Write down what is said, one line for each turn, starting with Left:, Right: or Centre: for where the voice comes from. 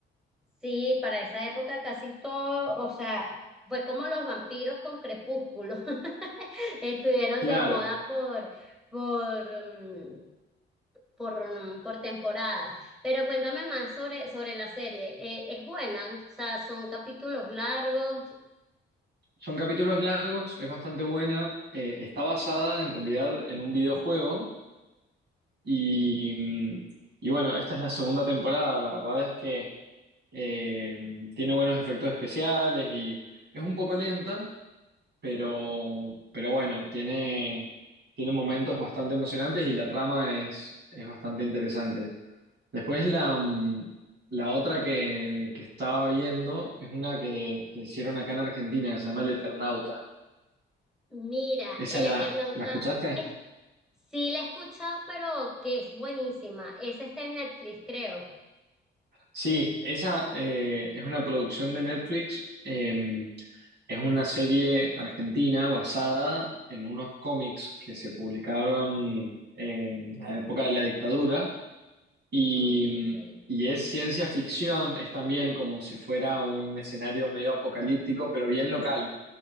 Centre: Sí, para esa época casi todo, o sea, fue como los vampiros con Crepúsculo. <laughs> Estuvieron
Right: Claro,
Centre: de moda por, por, mm, por, mm, por temporadas. Pero cuéntame más sobre, sobre la serie. Eh, ¿es buena? O sea, son capítulos largos.
Right: son capítulos largos, es bastante buena. eh, está basada en realidad en un videojuego y, y bueno, esta es la segunda temporada. La verdad es que Eh, tiene buenos efectos especiales y es un poco lenta, pero, pero bueno, tiene, tiene momentos bastante emocionantes y la trama es, es bastante interesante. Después la, mm, la otra que, que estaba viendo es una que, que hicieron acá en Argentina, que se llama El Eternauta.
Centre: Mira,
Right: ¿Esa
Centre: El
Right: la,
Centre: Eternauta
Right: la escuchaste?
Centre: es, sí la he escuchado, pero que es buenísima. Esa está en Netflix, creo.
Right: Sí, esa eh, es una producción de Netflix. eh, es una serie argentina basada en unos cómics que se publicaron en la época de la dictadura y,
Centre: Mm, ok.
Right: y es ciencia ficción, es también como si fuera un escenario medio apocalíptico, pero bien local.